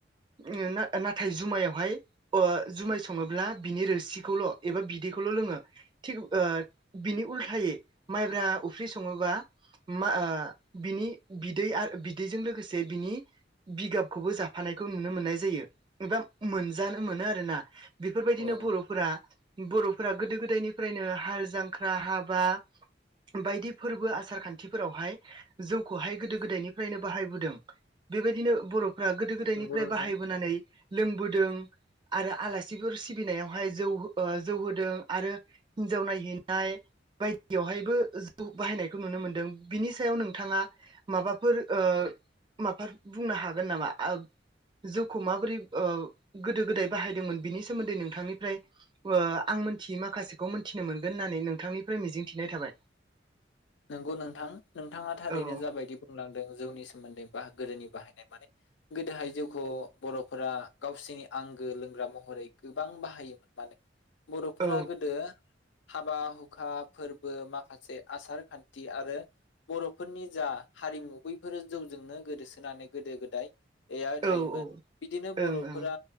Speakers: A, on the right; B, on the left.
A: उमओ नाथाय जुमायावहाय ओ जुमाय सङोब्ला बिनि रोसिखौल' एबा बिदैखौल' लोङो थिग ओ बिनि उल्थायै माइब्रा उफ्रि सङोबा माओ बिनि बिदै आरो बिदैजों लोगोसे बिनि बिगाबखौबो जाफानायखौ नुनो मोननाय जायो एबा मोनजानो मोनो आरोना बेफोरबायदिनो
B: अ
A: बर'फोरा बर'फोरा गोदो गोदायनिफ्रायनो हाल जांख्रा हाबा बायदि फोरबो आसार खान्थिफोरावहाय जौखौहाय गोदो गोदायनिफ्रायनो बाहायबोदों बेबायदिनो बर' फ्रा गोदो गोदायनिफ्राय
B: नंगौ नोंथां
A: बाहायबोनानै लोंबोदों आरो आलासिफोर सिबिनायावहाय जौ ओ जौ होदों आरो हिन्जाव नायहैनाय बायदियावहायबो जौ बाहायनायखौ नुनो मोनदों बिनि सायाव नों थाङा माबाफोर ओ माबा बुंनो हागोन नामा आब जौखौ माबोरै ओ गोदो गोदाय बाहायदोंमोन बिनि सोमोन्दै नोंथांनिफ्राय ओ आं मोनथियै माखासेखौ मिथिनो मोनगोन होननानै नोंथांनिफ्राय मिजिंथिनाय थाबाय
B: नोंगौ नोंथां नोंथाङा थारैनो
A: औ।
B: जाबायदि बुंलांदों जौनि सोमोन्दै बा गोदोनि बाहायनाय माने गोदोहाय जिउखौ बर'फोरा गावसिनि आंगो लोंग्रा महरै गोबां बाहायोमोन माने बर'फोरा
A: औ
B: गोदो हाबा हुखा फोरबो माखासे आसार खान्थि आरो बर'फोरनि जा हारिमु बैफोरो जौजोंनो गोदोसोनानै गोदो गोदाय <inaudible>
A: औ
B: थायोमोन बिदिनो बर'फोरा
A: ओं ओं